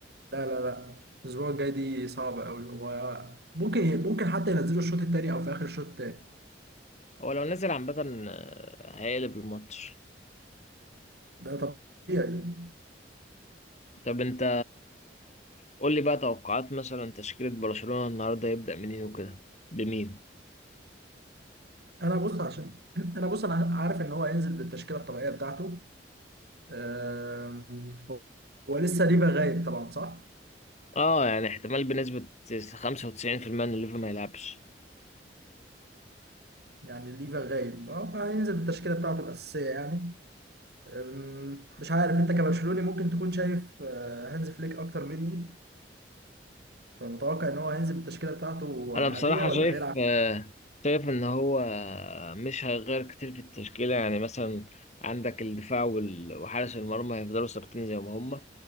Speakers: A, on the right (about 60°); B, on the left (about 40°).
A: لا لا لا الاسبوع الجاي دي صعبه قوي وممكن ممكن ممكن حتى ينزلوا الشوط التاني او في اخر الشوط التاني
B: هو لو نزل عامة آه، هيقلب الماتش
A: ده طبيعي
B: طب أنت قول لي بقى توقعات مثلا تشكيلة برشلونة النهاردة يبدأ منين وكده بمين
A: انا بص عشان <clears throat> انا بص انا عارف ان هو هينزل بالتشكيله الطبيعيه بتاعته أم، هو هو لسه ليفا غايب طبعا صح
B: اه يعني احتمال بنسبة 95% ان ليفا ما يلعبش
A: يعني ليفا غايب اه فهينزل بالتشكيله بتاعته الاساسيه يعني أم، مش عارف انت كبرشلوني ممكن تكون شايف آه، هانز فليك اكتر مني فمتوقع ان هو هينزل بالتشكيله بتاعته
B: انا
A: عاديه
B: بصراحة
A: ولا
B: شايف
A: هيلعب
B: آه، شايف ان هو آه، مش هيغير كتير في التشكيلة يعني مثلا عندك الدفاع وال- وحارس المرمى هيفضلوا ثابتين زي ما هم